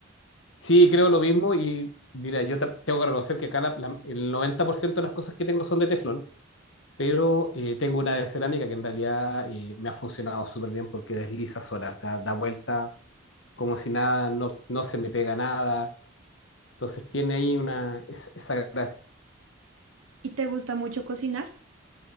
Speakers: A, on the left; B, on the right.
A: Sí, creo lo mismo y mira, yo ta- tengo que reconocer que acá la- la- el 90% de las cosas que tengo son de teflón, pero eh, tengo una de cerámica que en realidad eh, me ha funcionado súper bien porque desliza sola, da, da vuelta como si nada, no, no se me pega nada, entonces tiene ahí una, es- esa gracia.
B: ¿Y te gusta mucho cocinar?